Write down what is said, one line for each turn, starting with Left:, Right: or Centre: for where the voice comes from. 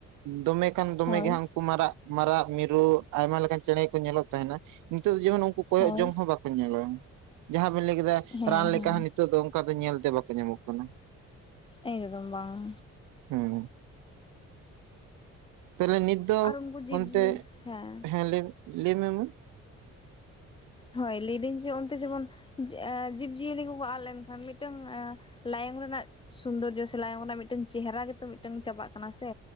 Right: ᱫᱚᱢᱮ ᱠᱷᱟᱱ ᱫᱚᱢᱮ
Left: ᱦᱳᱭ
Right: ᱜᱮ ᱦᱟᱸᱜ ᱩᱱᱠᱩ ᱢᱟᱨᱟᱜ ᱢᱟᱨᱟᱜ ᱢᱤᱨᱩ ᱟᱭᱢᱟ ᱞᱮᱠᱟᱱ ᱪᱮᱬᱮ ᱠᱚ ᱧᱮᱞᱚᱜ ᱛᱟᱦᱮᱱᱟ ᱾ ᱱᱤᱛᱚᱜ ᱫᱚ ᱡᱮᱢᱚᱱ ᱩᱱᱠᱩ ᱠᱚᱭᱚᱜ
Left: ᱦᱳᱭ
Right: ᱡᱚᱝ ᱦᱚᱸ ᱵᱟᱠᱚ ᱧᱮᱞᱚᱜᱼᱟ ᱡᱟᱦᱟᱸ ᱵᱮᱱ ᱞᱟᱹᱭ ᱠᱮᱫᱟ
Left: ᱦᱮᱸ
Right: ᱨᱟᱱ
Left: ᱦᱮᱸ
Right: ᱞᱮᱠᱟ ᱦᱚᱸᱼᱼ ᱱᱤᱛᱚᱜ ᱫᱚ ᱚᱱᱠᱟ ᱫᱚ ᱧᱮᱞ ᱛᱮ ᱵᱟᱠᱚ ᱧᱟᱢᱚᱜ ᱠᱟᱱᱟ ᱾
Left: ᱮᱠᱫᱚᱢ ᱵᱟᱝ
Right: ᱦᱮᱸ ᱛᱟᱦᱞᱮ ᱱᱤᱛ ᱫᱚ
Left: ᱟᱨ ᱩᱱᱠᱩ ᱡᱤᱵᱽᱡᱤᱭᱟᱹ
Right: ᱚᱱᱛᱮ
Left: ᱦᱮᱸ
Right: ᱦᱮᱸ ᱞᱟᱢᱮ ᱞᱟᱹᱭᱢᱮ ᱢᱟ᱾
Left: ᱦᱳᱭ ᱞᱟᱹᱭᱫᱟᱹᱧ ᱡᱮ ᱚᱱᱛᱮ ᱡᱮᱢᱚᱱ ᱡᱤ ᱟ ᱡᱤᱵᱽ ᱡᱤᱭᱟᱹᱞᱤ ᱠᱚᱠᱚ ᱟᱫ ᱞᱮᱱᱠᱷᱟᱱ ᱢᱤᱫᱴᱟᱝ ᱟ ᱞᱟᱭᱚᱝ ᱨᱮᱱᱟᱜ ᱥᱩᱱᱫᱚᱨᱡᱚ ᱥᱮ ᱞᱟᱭᱚᱝ ᱨᱮᱱᱟᱜ ᱢᱤᱫᱴᱟᱝ ᱪᱮᱦᱨᱟ ᱜᱮᱛᱚ ᱢᱤᱫᱴᱟᱝ ᱪᱟᱵᱟᱜ ᱠᱟᱱᱟ ᱥᱮ᱾